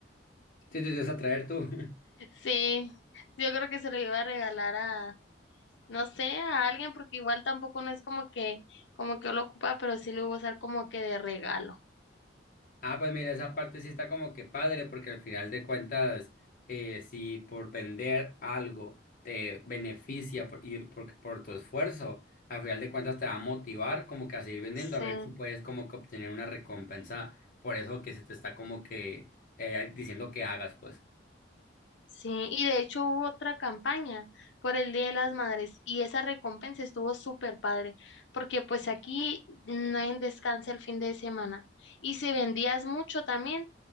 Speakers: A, on the left; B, on the left.
A: Sí, te ibas a traer tú. <laughs>
B: <laughs> Sí, yo creo que se lo iba a regalar a no sé, a alguien, porque igual tampoco no es como que, como que yo lo ocupa, pero sí lo iba a usar como que de regalo.
A: Ah, pues mira, esa parte sí está como que padre, porque al final de cuentas, eh, si por vender algo te beneficia por ir por, por tu esfuerzo, al final de cuentas te va a motivar como que a seguir vendiendo,
B: Sí,
A: a ver si puedes como que obtener una recompensa por eso que se te está como que eh, diciendo que hagas, pues.
B: sí. Y de hecho hubo otra campaña por el Día de las Madres y esa recompensa estuvo súper padre, porque pues aquí nadie descansa el fin de semana. Y si vendías mucho también,